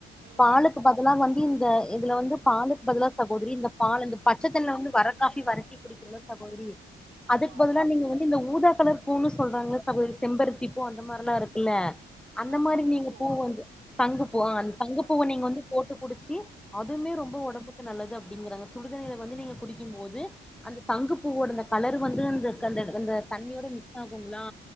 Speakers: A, on the right (about 85°); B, in the centre.
A: ம்
B: பாலுக்கு பதிலா வந்து இந்த இதுல வந்து பாலுக்கு பதிலா சகோதரி இந்த பால் இந்த பச்ச தண்ணில வந்து வர காஃபி வர டீ இல்ல சகோதரி அதுக்கு
A: ஆமா
B: பதிலா நீங்க வந்து இந்த ஊதா கலர் பூன்னு சொல்றாங்கள சகோதரி செம்பருத்தி பூ அந்த மாரி எல்லா இருக்குல அந்த
A: அ
B: மாரி
A: சங்குப்பூ
B: நீங்க பூ வந்து சங்குப்பூ ஆ அந்த சங்குப்பூவை
A: சங்குப்பூ
B: நீங்க வந்து போட்டு குடிச்சு அதுமே
A: ம்
B: ரொம்ப ஒடம்புக்கு நல்லது அப்டிங்கறாங்க சுடுதண்ணில வந்து நீங்க குடிக்கும் போது அந்த சங்கு பூவோட அந்த கலர் வந்து அந்த அந்த தண்ணியோட மிக்ஸ் ஆகுங்ளா